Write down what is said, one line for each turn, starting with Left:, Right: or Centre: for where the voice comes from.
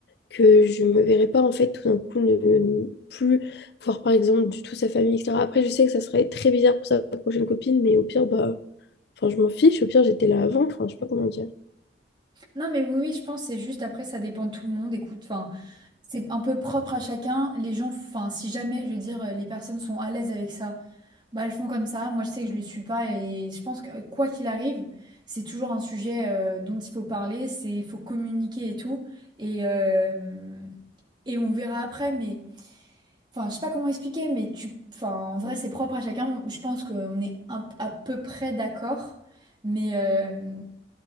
Left: que je me verrais pas en fait tout d'un coup ne, ne plus voir par exemple du tout sa famille, etc. Après, je sais que ça serait très bizarre pour sa prochaine copine, mais au pire, bah, enfin, je m'en fiche, au pire, j'étais là avant, enfin, je sais pas comment dire.
Right: Non, mais oui, oui, je pense, c'est juste, après, ça dépend de tout le monde, écoute, enfin, c'est un peu propre à chacun, les gens, enfin, si jamais, je veux dire, euh, les personnes sont à l'aise avec ça Bah, elles font comme ça. Moi, je sais que je le suis pas et je pense que euh, quoi qu'il arrive, c'est toujours un sujet euh, dont il faut parler, c'est il faut communiquer et tout. Et, euh, et on verra après, mais enfin, je sais pas comment expliquer, mais tu, enfin, en vrai, c'est propre à chacun. Je pense qu'on est un- à peu près d'accord, mais euh,